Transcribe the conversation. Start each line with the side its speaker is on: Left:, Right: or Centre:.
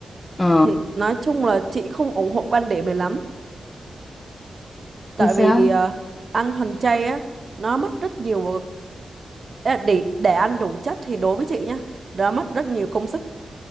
Left: ờ
Right: thì nói chung là chị không ủng hộ quan điểm này lắm, tại
Left: vì sao
Right: vì ờ, ăn thuần chay á nó mất rất nhiều Ý là để để ăn đủ chất thì đối với chị nhá, nó mất rất nhiều công sức